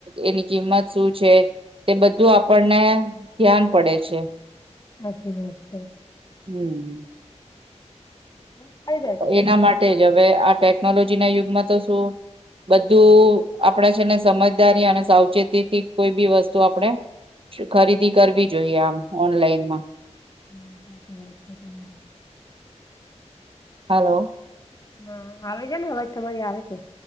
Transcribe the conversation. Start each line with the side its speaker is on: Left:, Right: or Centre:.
Right: એની કિંમત શું છે તે બધું આપણને
Left: સાચી
Right: ધ્યાન પડે છે.
Left: હાચી વાત <unintelligible>
Right: હમ્મ.
Left: ફાયદા છે.
Right: એના માટે જ હવે આ ટેકનોલોજીના યુગમાં તો શું બધું આપણે છે ને સમજદારી અને સાવચેતી થી કોઈ બી વસ્તુ આપણે ખરીદી કરવી જોઈએ આમ ઓનલાઈન.
Left: સાચ, હમ્મ સાચી વાત છે તમારી.
Right: હાલો.
Left: હા. આવે છે ને અવાજ તમારી આવે છે.